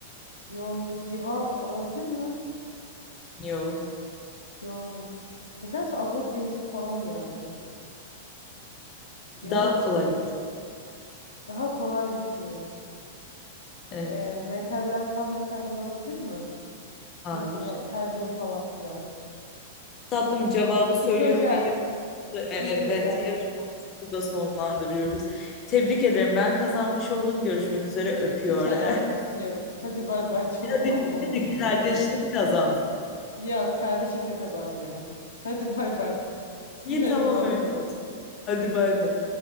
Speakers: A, on the left; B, on the left.
A: Yoğunluk civa olabilir mi?
B: Yo.
A: Yoğunluk. Nedense azot diyesi falan geldi. Yoğun
B: Daha kolay.
A: daha kolay düşüneyim.
B: Evet.
A: E, metaller tam metaller olabilir mi?
B: Hayır.
A: Bir- e, Helyum falan filan.
B: Tatlım cevabı söylüyorum
A: Hidrojen.
B: ve yarısı evet.
A: Hidrojen.
B: Yarışmamızı burada sonlandırıyoruz. Tebrik ederim. Ben kazanmış oldum. Görüşmek üzere. Öpüyor.
A: Hiç alakası
B: <laughs>
A: yok. Hadi bay bay canım.
B: Hadi,
A: <laughs> Allah Allah.
B: hadi kardeşlik kazansın.
A: Yok kardeşlik de kazanmıyor. Hadi bay bay. Sinirlerim
B: İyi tamam
A: bozdu.
B: öyle olsun. Hadi bay bay.